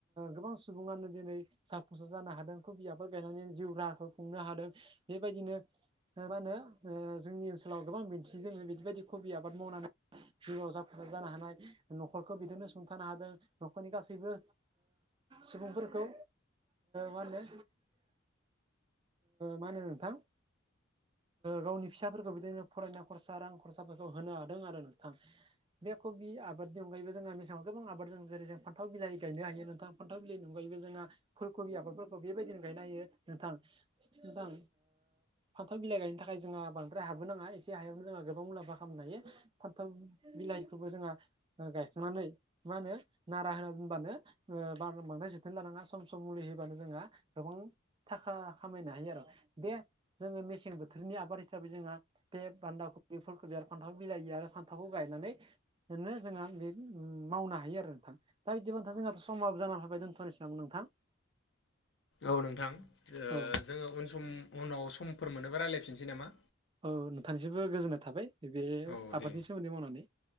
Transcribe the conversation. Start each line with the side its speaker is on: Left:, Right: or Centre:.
Right: गोबां सुबुंङानो दिनै फिसा फुस जानो हादों ख बियाबफोर गायनानै जिउ राहाखौ खुंनो हादों बेबायदिनो मा होनो जोंनि ओनसोलाव गोबां दिन्थि दंङो बिदिबायदि खबि आबाद मावनानै जिउआव जाफुंसार जानो हानाय न'खरखौ बिदिनो फसुंथानो हादों न'खरनि गासैबो सुबुंफोरखौ मा होनो मा होनो नोंथां। गावनि फिसाफोरखौ बिदिनो फरायना खरसा रां खरसाफोरखौ होनो हादों आरो नोंथां। बे कबि आबादनि अनायैबो जोंहा मेसेंआव गोबां आबादजों जेरै जों फान्थाव बिलाइ गायनो हायो नोंथां फान्थाव बिलाइ ननगायबो जोंङहा फुलकबि आबादफोरखौ बेबायदिनो गायनो हायो नोंथां नोंथां। फान्थाल बिलाइ गायनो थाखाय जोंहा बांद्राय हाबोनाङा एसे हायावनो जोंहा गोबां मुलाम्फा खालामनो हायो। फान्थाल बिलाइखौबो जोंहा गायखांनानै मा होनो नारा होना दोबानो ओ बार बांद्राय जोथोन लानांङा सम सम मुलि होबानो जोंहा। गोबां थाखा खामायनो हायो आरो बे जोंङो मेसें बोथोरनि आबाद हिसाबै जोंहा बे बान्दाखफि फुलखफि आरो फान्थाव बिलाइ आरो फान थावखौ गायनानैनो जोंहा बे मावनो हायो आरो आरो नोंथां दा बिदिबानोंथां जोंहाथ' समाबो जानानै फैबाय दोनथ'नोसै नामा नोंथां?
Left: औ नोंथां ओ
Right: औ
Left: जोंङो उन सम उनाव समफोर मोनोबा रायज्लायफिननोसै नामा
Right: औ नोंथांनिसबो गोजोननाय थाबाय नैबे
Left: औ
Right: आबादनि
Left: दे
Right: सोमोन्दै मावनानै